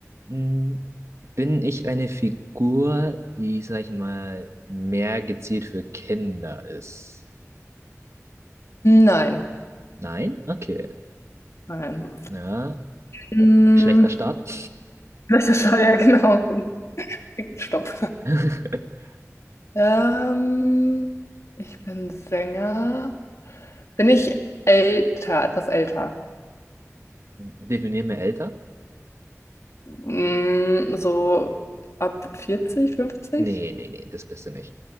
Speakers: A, on the right; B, on the left.
A: Mm, Bin ich eine Figur, die, sag ich mal, mehr gezielt für Kinder ist?
B: Nein,
A: Nein? Okay.
B: nein.
A: Ja,
B: Hm,
A: schlechter Start.
B: Welche Schall, ja, genau. Stopp.
A: <laughs>
B: Ähm, ich bin Sänger. Bin ich älter, etwas älter?
A: Definier mir älter?
B: Hm, so ab 40, 50?
A: Nee, nee, nee, das bist du nicht.